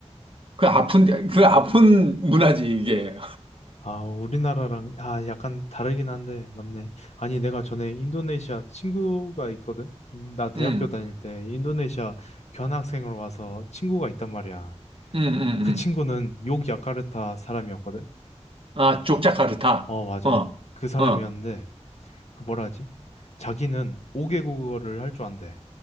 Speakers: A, on the right; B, on the left.
A: 그 아픈, 그 아픈 문화지, 이게.
B: 아, 우리나라랑, 아, 약간 다르긴 한데, 맞네. 아니, 내가 전에 인도네시아 친구가 있거든? 나 대학교
A: 응
B: 다닐 때 인도네시아 교환학생으로 와서 친구가 있단 말이야.
A: 응응
B: 그 친구는 욕야카르타 사람이었거든?
A: 아, 족자카르타.
B: 어, 맞아.
A: 어,
B: 그 사람이었는데,
A: 어,
B: 그 뭐라 하지? 자기는 5개국어를 할 줄 안대.